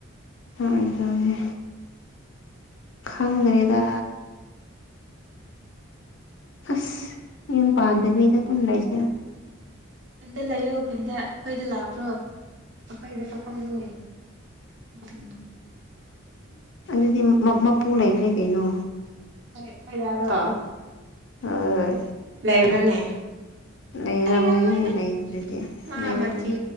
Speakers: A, on the left; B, on the right.
A: ꯑꯗꯨꯅꯦ ꯈꯪꯗ꯭ꯔꯦꯗ ꯑꯁ ꯌꯨꯝ ꯄꯥꯟꯗꯕꯤꯗ ꯑꯗꯨꯝ ꯂꯩꯁꯤꯔ
B: ꯈꯨꯟꯗ ꯂꯩꯌꯣ ꯈꯨꯟꯗ ꯑꯩꯈꯣꯏꯗ ꯂꯥꯛꯕ꯭ꯔꯣ ꯑꯈꯣꯏꯗ <unintelligible> <inaudible>
A: ꯑꯗꯨꯗꯤ ꯃꯄꯨ ꯂꯩꯈ꯭ꯔꯦ ꯀꯩꯅꯣ
B: ꯐ <unintelligible>
A: ꯑ
B: ꯂꯩꯕ꯭ꯔꯅꯦ
A: ꯂꯩꯔꯝꯒꯅꯤꯅꯦ
B: ꯂꯩꯔꯝꯃꯣꯏꯗ
A: ꯂꯩꯗ꯭ꯔꯗꯤ
B: ꯃꯥ
A: ꯂꯩꯔꯝꯒꯅꯤ
B: ꯃꯆꯤꯟ